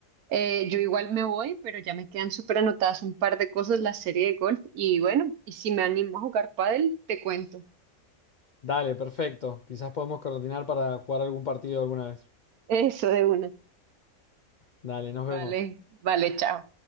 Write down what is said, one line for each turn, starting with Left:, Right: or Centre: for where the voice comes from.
Right: Eh, yo igual me voy, pero ya me quedan súper anotadas un par de cosas, la serie de golf y bueno, y si me animo a jugar pádel, te cuento.
Left: Dale, perfecto. Quizás podemos coordinar para jugar algún partido alguna vez.
Right: <laughs> Eso de una.
Left: Dale, nos
Right: Vale,
Left: vemos.
Right: vale, chao.